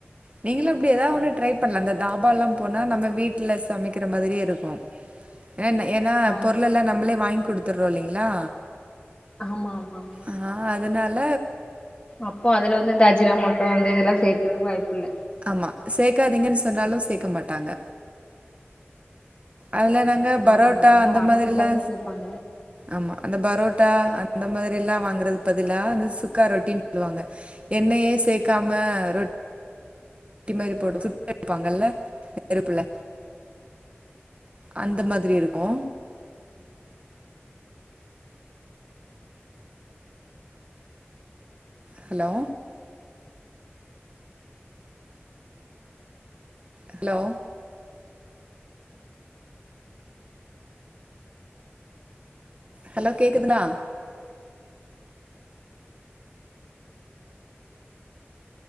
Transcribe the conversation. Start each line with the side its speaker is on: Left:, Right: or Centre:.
Right: நீங்களு இப்டி எதா ஒன்னு ட்ரை பண்லா இந்த தாபால்லாம் போனா நம்ம வீட்ல சமக்கிற மாதிரியே இருக்கு என்‌ ஏனா
Left: ஆ
Right: பொருளெல்லா நம்மளே வாங்கி குடு த்துர்றோ இல்லிங்லா
Left: ஆமா ஆமா
Right: ஆ அதுனால
Left: அப்போ அதுல வந்து இந்த அஜினாமோட்டொ அந்த இதுலா சேக்குறதுக்கு வாய் பில்ல
Right: ஆமா சேக்காதீங்கன் சொன்னாலு சேக்க மாட்டாங்க அதுல நாங்க பரோட்டா
Left: ஆமா ஆமா நம்ம
Right: அந்த
Left: வாங்கி
Right: மாதிரிலா
Left: குடுத்தாதான கேப்பாங்க
Right: ஆமா அந்த பரோட்டா அ ந்த மாரில்லா வாங்குறதுக் பதிலா இந்த சுக்கா ரொட்டின் <inaudible> எண்ணயே சேக்காம ரொட் டி மாரி போட்டா சுட்டு எடுப்பாங்கல்ல நெருப்புல அந்த மாதிரி இருக்கு ஹலோ ஹலோ ஹலோ கேக்குதுங்ளா